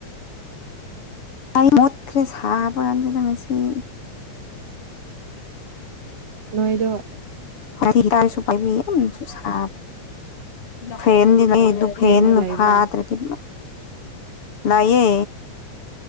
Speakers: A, on the left (about 50°); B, on the right (about 55°).
A: ꯇꯥꯏ ꯃꯣꯠꯈꯔꯤꯦ ꯁꯥꯥꯕꯒꯥꯟ ꯆꯗꯁꯤ
B: ꯅꯣꯏꯗ
A: ꯍ ꯇꯔꯁꯨ ꯄꯥꯏꯕꯤꯁꯨ ꯁꯥ ꯐ ꯑꯗꯨꯗꯨꯐꯦꯟꯗꯅ
B: ꯐꯦꯟꯗꯤ ꯂꯩꯕ꯭ꯔꯥ
A: ꯐꯥꯠꯇ꯭ꯔꯦꯗꯤ ꯂꯑꯌꯦ